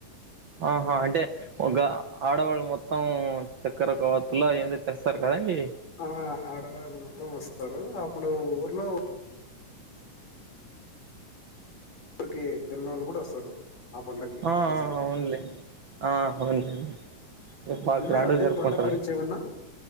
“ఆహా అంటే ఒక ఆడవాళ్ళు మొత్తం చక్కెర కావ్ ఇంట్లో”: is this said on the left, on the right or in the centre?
Right